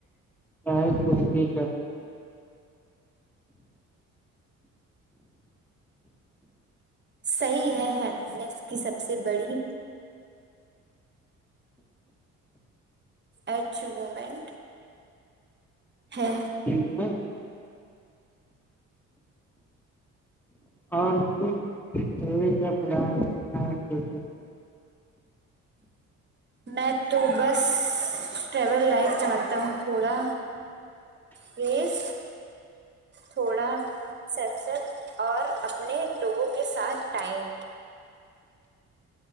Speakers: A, in the centre; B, on the right.
A: چاہے کچھ بھی کرنا
B: صحیح ہے ہیپنیس کی سب سے بڑی ارچیومنٹ ہے
A: ہوں اور <unintelligible> کیا پلان <unintelligible>
B: میں تو بس ٹریول لائف چاہتا ہوں تھوڑا بیس تھوڑا سیکسس اور اپنے لوگوں کے ساتھ ٹائم